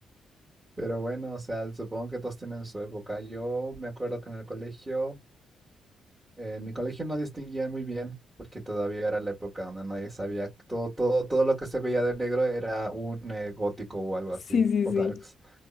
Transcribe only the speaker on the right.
Pero bueno, o sea, supongo que todos tienen su época. Yo me acuerdo que en el colegio, eh, en mi colegio no distinguían muy bien, porque todavía era la época donde nadie sabía, todo, todo, todo lo que se veía de negro era un eh, gótico o algo
así,
o
darks.